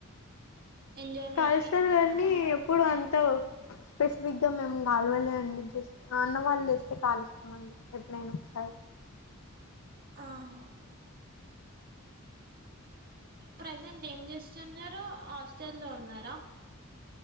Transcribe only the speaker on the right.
ఎంజాయ్మెంట్
కి
ఆహా ప్రజెంట్ ఏం చేస్తున్నారు హాస్టలో ఉన్నారా